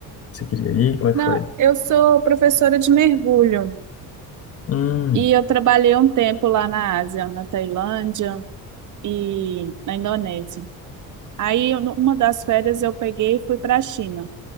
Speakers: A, on the left; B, on the right.
A: você queria ir?
B: <laughs>
A: Como é
B: Não,
A: que foi?
B: eu sou professora de mergulho
A: Hum,
B: e eu trabalhei um tempo lá na Ásia, na Tailândia e na Indonésia. Aí, eu- numa das férias, eu peguei e fui para a China.